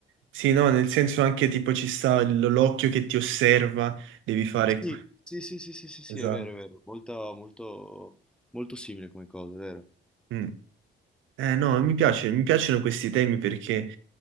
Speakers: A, on the right; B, in the centre.
A: Sì, no, nel senso anche tipo ci sta l- l'occhio che ti osserva, devi fare...
B: Sì, sì, sì, sì, sì, sì, sì,
A: Esatto.
B: è vero, è vero, molto, molto, molto simile come cosa, è vero.
A: Mm. Eh, no, mi piace, mi piacciono questi temi perché